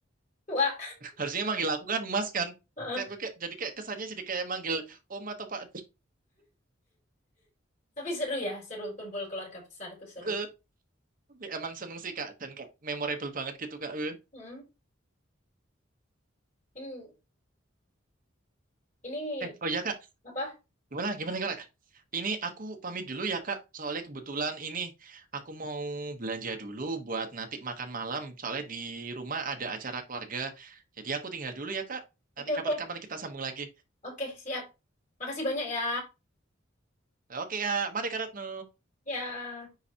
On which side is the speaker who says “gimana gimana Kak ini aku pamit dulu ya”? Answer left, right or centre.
Right